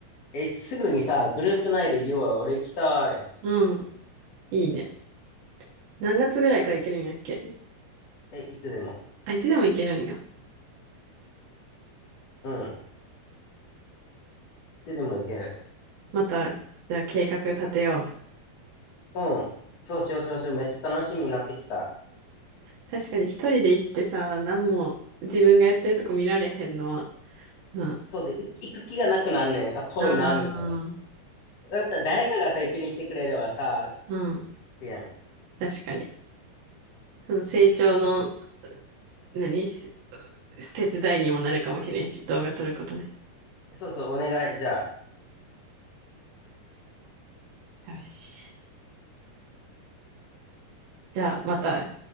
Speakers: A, on the left; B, on the right.
A: え、すぐにさ、グループ内で言おうよ、要は俺行きたい。
B: うん。いいね。何月ぐらいから行けるんやっけ
A: え、いつでも。
B: あ、いつでも行けるんや。
A: うん。いつでも行ける。
B: また、じゃあ計画立てよう。
A: うん。そうしよう、そうしよう。めっちゃ楽しみになってきた。
B: 確かに一人で行ってさ、何も自分がやってるとこ見られへんのは、な。
A: そうで、う行く気がなくなんねん。あ、遠いな、
B: ああ、
A: みたいな。だったら誰かが最初に行ってくれればさ、
B: うん。
A: いいやん。
B: 確かに。その成長の、何手伝いにもなるかもしれんし、動画撮ることで。
A: そうそう、お願い。じゃあ、
B: よし。じゃあ、また